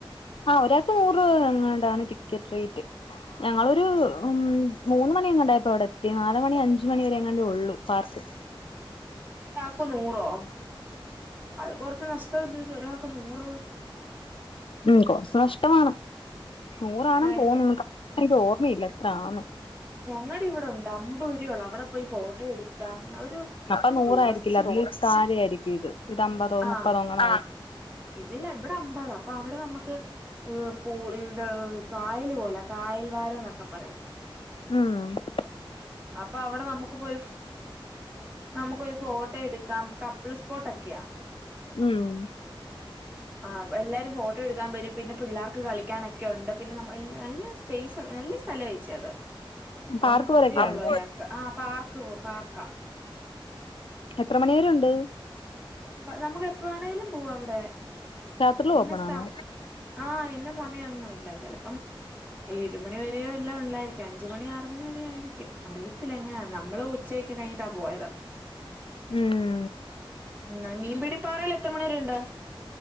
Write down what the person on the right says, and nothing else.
ക്ക് നൂറോ അത് കൊറച്ച് നഷ്ടല്ലേ ഒരാക്ക് നൂറ്
ഏഹ്
ഞങ്ങടെ ഇവിടെണ്ട് അമ്പത് രൂപയൊള്ളൂ അവിടെ പോയി ഫോട്ടോ എടുക്കാം ഒരു
ടൂറിസ്റ്റ്
ആഹ്
ഇതില്ല ഇവിടെ അമ്പാതാ അപ്പൊ അവിടെ നമക്ക് പൂളിന്ത കായല് പോലെ കായൽവാരം എന്നൊക്കെ പറയും
അപ്പൊ അവിടെ നമ്മുക്ക് പോയി നമുക്ക്പോയി ഫോട്ടോ എടുക്കാം കപ്പിൾസ്പോട്ട് ഒക്കെയാ
ആ എല്ലരും ഫോട്ടോ എടുക്കാൻ വെരും പിന്നെ പിള്ളേർക്ക് കളിക്കാനൊക്കെ ഉണ്ട് പിന്നെ എല്ലാ നല്ല രസ പെയ്സ് നല്ല സ്ഥലാ ഏച്ചി അത്
അമ്പരുപയൊള്ളൂ
ഒരാക്ക് ആ പാർക്ക് പോ പാർക്ക്
നമുക്ക് എപ്പോണേങ്കിലും പോകാം അവിടെ
ഇന്ന
സ്
ആഹ ഇന്ന സമയമൊന്നുമില്ല ചെലപ്പം ഏഴ് മണി വരെയോ എല്ലാം ഉള്ളായിരിക്കും അഞ്ചുമണിയോ ആറ് മണി വരെയ ആയിരിക്കും അറിയത്തില്ല എങ്ങനാന്ന് നമ്മള് ഉ ഉച്ചക്ക് കഴിഞ്ഞിട്ടാ പോയത്
ഉം ന്ന ൻ മീൻ പിടി പാറയിൽ എത്ര മണി വരെ ഉണ്ട്